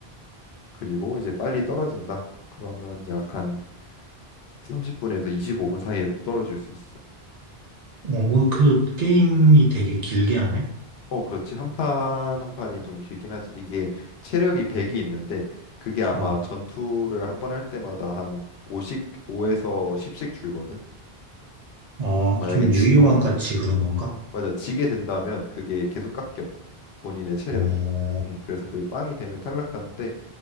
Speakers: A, on the left; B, on the right.
A: 그리고 이제 빨리 떨어진다. 그러면 약 한 30분에서 25분 사이에 떨어질 수 있어.
B: 어, 그 게임이 되게 길게 하네?
A: 어, 그렇지. 한 판 한 판이 좀 길긴 하지. 이게 체력이 100이 있는데 그게 아마
B: 어.
A: 전투를 한번 할 때마다 한 5씩 5에서 10씩 줄거든.
B: 어,
A: 만약에
B: 좀
A: 지,
B: 유희왕
A: 어,
B: 같이 그런 건가?
A: 맞아. 지게 된다면 그게 계속 깎여. 본인의 체력이.
B: 어,
A: 음, 그래서 그게 빵이 되면 탈락하는데